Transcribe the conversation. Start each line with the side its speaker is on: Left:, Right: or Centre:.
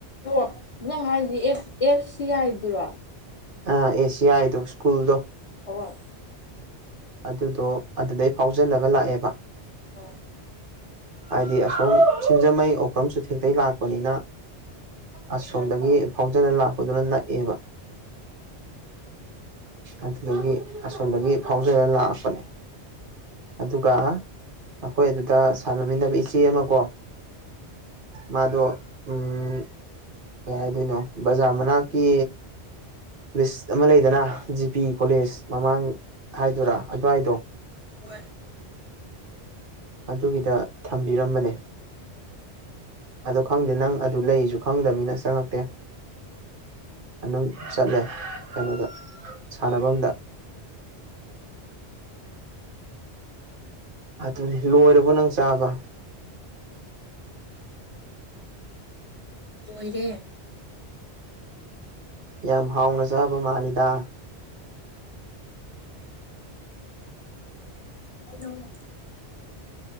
Left: ꯑꯣ ꯅꯪ ꯍꯥꯢꯁ ꯑꯦꯐ ꯑꯦꯐ ꯁꯤ ꯌꯥꯢꯗꯨꯔꯣ
Right: ꯑ ꯑꯦ ꯁꯤ ꯑꯥꯢꯗꯣ ꯁ꯭ꯀꯨꯜꯗꯣ
Left: ꯑꯣ
Right: ꯑꯗꯨꯗꯣ ꯑꯗꯨꯗꯩ ꯐꯥꯎꯖꯤꯜꯂꯒ ꯂꯥꯛꯑꯦꯕ
Left: ꯑꯥ
Right: ꯍꯥꯢꯗꯤ ꯑꯁꯣꯝ ꯁꯤꯡꯖꯃꯩ ꯑꯣꯀ꯭ꯔꯝ ꯆꯨꯊꯦꯛꯇꯩ ꯂꯥꯛꯄꯅꯤꯅ ꯑꯁꯣꯝꯗꯒꯤ ꯐꯥꯎꯖꯜꯂ ꯂꯥꯛꯄꯗꯨꯅ ꯅꯛꯑꯦꯕ ꯑꯗꯨꯗꯒꯤ ꯑꯁꯣꯝꯗꯒꯤ ꯐꯥꯎꯖꯔ ꯂꯥꯛꯄꯅꯦ ꯑꯗꯨꯒ ꯑꯈꯣꯏ ꯑꯗꯨꯗ ꯁꯥꯟꯅꯃꯤꯟꯅꯕ ꯏꯆꯦ ꯑꯃ ꯀꯣ ꯃꯥꯗ ꯎꯨꯝ ꯀꯩ ꯍꯥꯏꯗꯣꯏꯅꯣ ꯕꯖꯥꯔ ꯃꯅꯥꯛꯀꯤ ꯂꯤꯁ ꯑꯃ ꯂꯩꯗꯅ ꯖꯤ ꯄꯤ ꯀꯣꯂꯦꯖ ꯃꯃꯥꯡ ꯍꯥꯏꯗꯣꯔꯥ ꯑꯗꯨꯋꯥꯏꯗꯣ
Left: ꯋꯦ
Right: ꯑꯗꯨꯒꯤꯗ ꯊꯝꯕꯤꯔꯝꯕꯅꯦ ꯑꯗꯣ ꯈꯪꯗꯦ ꯅꯪ ꯑꯗꯨ ꯂꯩꯁꯨ ꯈꯪꯗꯕꯅꯤꯅ ꯆꯪꯉꯛꯇꯦ ꯑꯗꯨꯝ ꯆꯠꯂꯦ ꯀꯩꯅꯣꯗ ꯁꯥꯟꯅꯕꯝꯗ ꯑꯗꯨꯅꯤ ꯂꯣꯏꯔꯕꯣ ꯅꯪ ꯆꯥꯕ
Left: <inaudible> ꯂꯣꯏꯔꯦ
Right: ꯌꯥꯝ ꯍꯥꯎꯅ ꯆꯥꯕ ꯃꯥꯜꯂꯤꯗ
Left: <unintelligible>